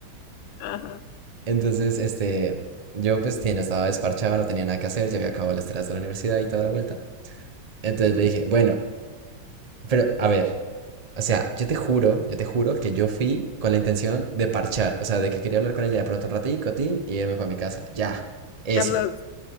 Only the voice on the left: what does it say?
Ajá.
Mm.
Carlos,